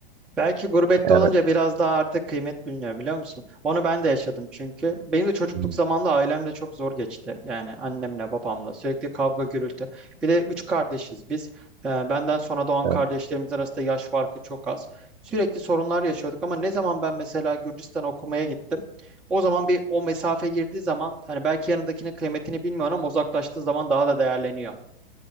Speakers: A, in the centre; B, on the right (about 55°).
A: Belki gurbette
B: Yani,
A: olunca biraz daha artık kıymet biliniyor biliyor musun? Onu ben de yaşadım çünkü. Benim de çocukluk
B: hmm,
A: zamanında ailemle çok zor geçti. Yani annemle babamla sürekli kavga gürültü. Bir de üç kardeşiz biz. Ee, benden sonra doğan
B: evet.
A: kardeşlerimiz arasında yaş farkı çok az. Sürekli sorunlar yaşıyorduk ama ne zaman ben mesela Gürcistan okumaya gittim. O zaman bir o mesafe girdiği zaman hani belki yanındakinin kıymetini bilmiyorum ama uzaklaştığı zaman daha da değerleniyor.